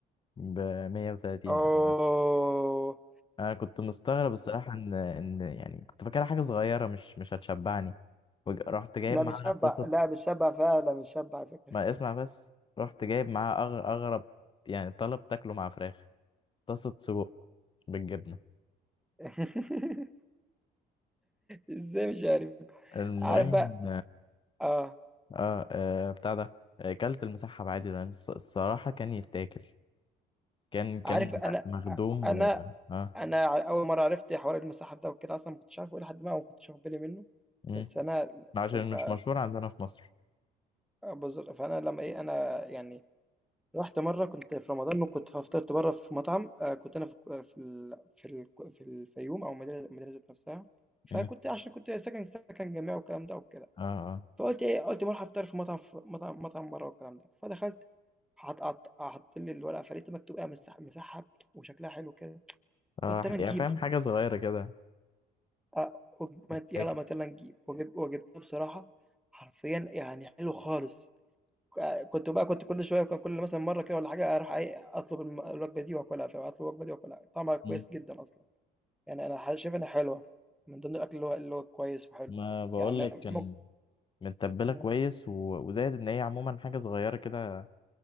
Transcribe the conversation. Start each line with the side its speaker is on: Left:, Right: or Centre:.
Left: ب 130
Centre: آه،
Left: أنا أنا كنت مستغرب الصراحة إن إن يعني كنت فاكرها حاجة صغيرة مش مش هتشبعني وج- رحت جايب
Centre: لأ
Left: معاها
Centre: بتشبع
Left: طاسة
Centre: لأ بتشبع فعلًا، بتشبع على فكرة.
Left: ما اسمع بس رحت جايب معاها أغ- أغرب يعني طلب تاكله مع فراخ طاسة سجق بالجبنة
Centre: <laughs> ازاي مش عارف
Left: المهم
Centre: عارف بقى اه
Left: اه آه، بتاع ده آه، كلت المسحب عادي لان الص- الصراحة كان يتاكل كان كان
Centre: عارف انا
Left: مخدوم
Centre: انا
Left: و اه
Centre: انا ع- اول مره عرفت حوار المصحف ده وكده اصلا ما كنتش عارفه ايه لحد ما ما كنتش واخد بالي منه
Left: مم.
Centre: بس انا
Left: عشان
Centre: كنت
Left: مش مشهور عندنا في مصر
Centre: بزر فانا لما ايه انا يعني رحت مره كنت في رمضان وكنت فطرت بره في مطعم آه كنت انا في الك- في ال في, ال في الفيوم او المدينه المدينه ذات نفسها فكنت
Left: مم.
Centre: عشان كنت ساكن سكن جامعي والكلام ده
Left: اه اه
Centre: فقُلت إيه، قُلت باروح أفطر في مطعم ف مطعم مطعم برّه والكلام ده، فدخلت حط قط حط لي الورقة فلقيت مكتوب إيه مسح مسحّب وشكلها حلو كده،
Left: اه
Centre: قُلت أمّا نجيب
Left: يعني فاهم
Centre: بقى
Left: حاجة صغيرة كده
Centre: آه، وب-
Left: تتاكل
Centre: ما ت يالّا ما ت يالّا نجيب، وجبت وجبتها بصراحة حرفيًا يعني حلو خالص، ك كنت بقى كنت كل شوية ك كل مثلًا مرّة كده والّا حاجة أروح إيه أطلب الم الوجبة دي وآكلها، فاهم، أطلب الوجبة دي وآكلها، طعمها كويس
Left: مم.
Centre: جدًا أصلًا، يعني أنا ح شايف إنها حلوة، من ضمن الأكل اللي هو اللي هو كويس وحلو،
Left: ما بقولك
Centre: يعني ممك
Left: كان متبلة
Centre: إمم،
Left: كويس و... وزائد ان هي عموما حاجة صغيرة كده